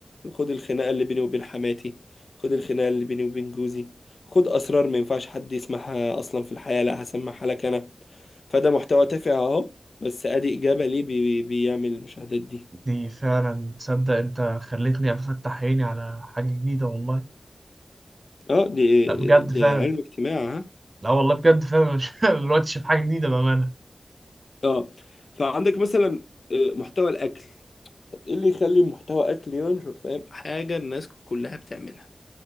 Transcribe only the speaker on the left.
خد الخناقة اللي بيني وبين حماتي خد الخناقة اللي بيني وبين جوزي خد أسرار ما ينفعش حد يسمعها أصلا في الحياة لا هسمعها لك أنا فده محتوى تافه أهو بس أدي إجابة ليه بي بي- بيعمل المشاهدات دي
اه دي
دي علم اجتماع ها
اه فعندك مثلا آه، محتوى الأكل طب ايه اللي يخلي محتوى اكل ينشر فاهم حاجه الناس كلها بتعملها